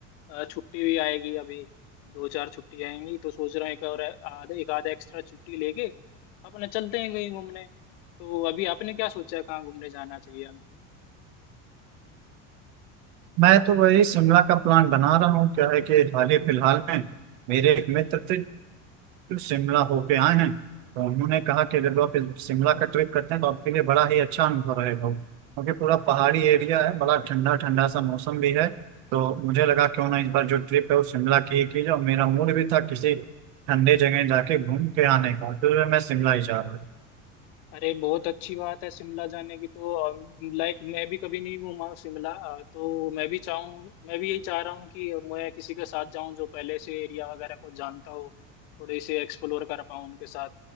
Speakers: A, on the left; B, on the right.
A: अ, छुट्टी भी आएगी अभी दो चार छुट्टी आएंगी तो सोच रहा हूँ एक और आधा एक आधा एक्स्ट्रा छुट्टी लेके अपने चलते हैं कहीं घूमने तो अभी आपने क्या सोचा है कहाँ घूमने जाना चाहिए
B: मैं तो वही शिमला का प्लान बना रहा हूँ क्या है कि हाल ही फिलहाल में मेरे एक मित्र थे फिर शिमला होके आए हैं तो उन्होंने कहा कि अगर आप इस शिमला का ट्रिप करते हैं तो आपके लिए बड़ा ही अच्छा अनुभव रहेगा क्योंकि पूरा पहाड़ी एरिया है बड़ा ठंडा ठंडा सा मौसम भी है तो मुझे लगा क्यों ना इस बार जो ट्रिप है वो शिमला की ही की जाए और मेरा मूड भी था किसी ठंडे जगह जाके घूम के आने का तो मैं शिमला ही जा रहा हूँ
A: अरे बहुत अच्छी बात है शिमला जाने की तो लाइक मैं भी कभी नहीं घूमा हूँ शिमला अ, तो मैं भी चाहूँ मैं भी यही चाह रहा हूँ कि मैं किसी के साथ जाऊँ जो पहले से एरिया वगैरह को जानता हो थोड़े से एक्सप्लोर कर पाऊँ उनके साथ